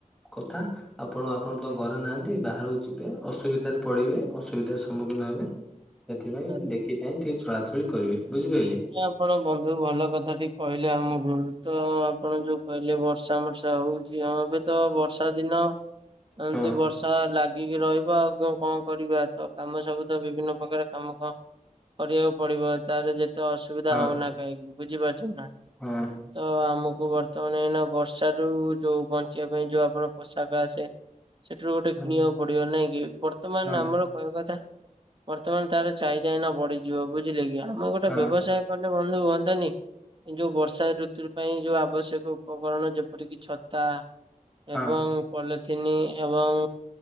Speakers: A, in the centre; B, on the right.
A: କଥା ଆପଣ ଆପଣ ତ ଘରେ ନାହାନ୍ତି ବାହାରକୁ ଯିବେ ଅସୁବିଧାରେ ପଡିବେ ଅସୁବିଧାର ସମ୍ମୁଖୀନ ହେବେ। ସେଥିପାଇଁ
B: ଆଜ୍ଞା।
A: ଦେଖି ଚାହିଁ ଟିକେ ଚଳାଚଳି କରିବେ ବୁଝିପାରିଲେ?
B: ଆଚ୍ଛା ଆପଣ ବନ୍ଧୁ ଭଲ କଥାଟି କହିଲେ ଆମକୁ ତ ଆପଣ ଯୋଉ କହିଲେ ବର୍ଷା ମର୍ଷା ହଉ ଚି ଏବେ ତ ବର୍ଷା ଦିନ ଏମତି
A: ହଁ
B: ବର୍ଷା ଲାଗିକି ରହିବ ଆଉ କଣ କରିବା ତ କାମ ସବୁ ତ ବିଭିନ୍ନ ପ୍ରକାର ତମକୁ କରିବାକୁ ପଡିବ ତାରେ ଯେତେ ଅସୁବିଧା
A: ହଁ
B: ହଉନା କାହିଁକି ବୁଝିପାରୁଛ ନା?
A: ହଁ
B: ତ ଆମକୁ ବର୍ତ୍ତମାନ ଏଇନା ବର୍ଷା ରୁ ଯୋଉ ବଞ୍ଚିବା ପାଇଁ ଯୋଉ ଆପଣ ପୋଷାକ ଆସେ ସେଠିରୁ ଗୋଟେ
A: ହଁ
B: କିଣିବାକୁ ପଡିବ ନାଇଁ କି ବର୍ତ୍ତମାନ
A: ହଁ
B: ଆମର କହିବା କଥା ବର୍ତ୍ତମାନ ତାର ଚାହିଦା ଏଇନା ବଢଯିବ ବୁଝିଲେ କି ଆମେ ଗୋଟେ
A: ହଁ।
B: ବ୍ୟବସାୟ କଲେ ବନ୍ଧୁ ହୁଅନ୍ତାନି? ଏଇ ଯୋଉ ବର୍ଷା ଋତୁ ପାଇଁ ଯୋଉ ଆବଶ୍ୟକ ଉପକରଣ ଯେପରିକି ଛତା
A: ହଁ।
B: ଏବଂ ପଲଥିନି ଏବଂ